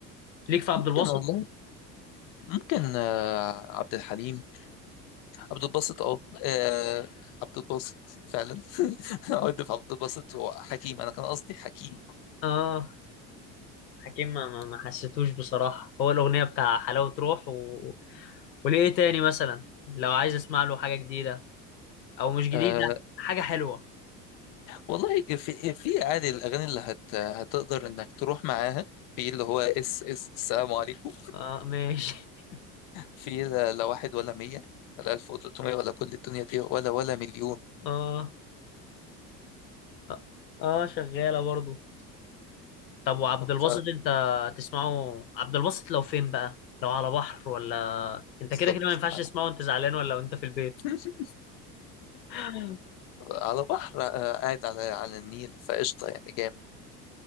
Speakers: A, on the left; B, on the left.
A: ليك في عبد
B: ممكن
A: الباسط
B: والله ممكن آه، عبد الحليم عبد الباسط اه آه، عبد الباسط فعلا <laughs> عد في عبد الباسط هو حكيم انا كان قصدي حكيم
A: اه حكيم ما ما ما حسيتوش بصراحة هو الأغنية بتاع حلاوة روح و... وليه إيه تاني مثلا لو عايز أسمع له حاجة جديدة أو مش جديدة
B: آه
A: حاجة حلوة
B: والله في في عادي الاغاني اللي هت هتقدر انك تروح معاها في اللي هو اس اس السلام عليكم
A: آه ماشي <laughs>
B: في لا لا واحد ولا مية ولا ألف وتلتمية ولا كل الدنيا دي ولا ولا مليون
A: آه آه آه، شغالة برضو طب وعبد
B: ف-
A: الباسط أنت تسمعه عبد الباسط لو فين بقى لو على بحر ولا أنت
B: بالظبط
A: كده كده ما ينفعش تسمعه وأنت زعلان ولا وأنت في البيت
B: <laughs>
A: <laughs>
B: على بحر آه، قاعد على على النيل فقشطة يعني جامد